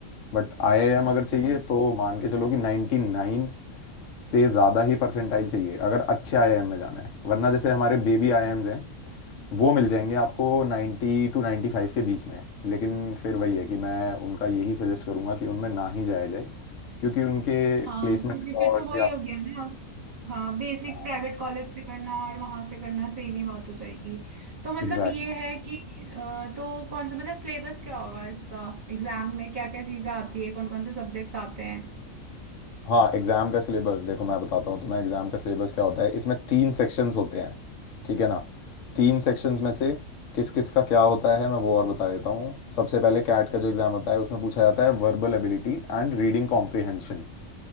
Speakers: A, on the left; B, on the right.
A: बट आईआईएम
B: अच्छा
A: अगर चाहिए तो मान के चलो कि 99 से ज़्यादा ही परसेंटाइल चाहिए अगर अच्छे आईआईएम में जाना है वरना जैसे हमारे बेबी आईआईएम्स हैं वो मिल जाएंगे आपको 90 टू 95 के बीच में लेकिन फिर वही है कि मैं उनका यही सजेस्ट करूंगा कि उनमें ना ही जाया जाए क्योंकि उनके
B: हाँ
A: प्लेसमेंट
B: क्योंकि
A: रिकॉर्ड्स
B: फिर तो वही
A: या
B: हो गया ना हाँ बेसिक
A: हाँ
B: प्राइवेट कॉलेज से करना और वहां से करना सेम ही बात हो जाएगी तो मतलब
A: एग्जैक्टली
B: ये है कि अ, तो कौन सा मतलब सिलेबस क्या होगा इसका एग्जाम में क्या क्या चीजें आती है कौन कौन से सब्जेक्ट्स आते हैं
A: हाँ एग्जाम का सिलेबस देखो मैं बताता हूँ तुम्हें एग्जाम का सिलेबस क्या होता है इसमें तीन सेक्शंस होते हैं ठीक है ना तीन सेक्शंस में से किस किस का क्या होता है मैं वो और बता देता हूँ सबसे पहले कैट का जो एग्जाम होता है उसमें पूछा जाता है verbal ability and reading comprehension